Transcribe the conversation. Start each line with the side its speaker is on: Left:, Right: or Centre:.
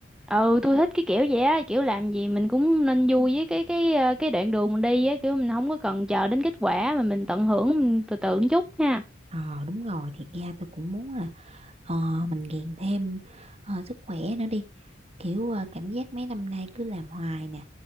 Centre: ừ tôi thích cái kiểu vậy á kiểu làm gì mình cũng nên vui với cái cái à, cái đoạn đường mình đi á kiểu mình không có cần chờ đến kết quả mà mình tận hưởng mình từ từ một chút ha
Right: Ờ đúng rồi, thiệt ra tôi cũng muốn là ờ, mình gàn thêm ờ, sức khỏe nữa đi kiểu ờ, cảm giác mấy năm nay cứ làm hoài nè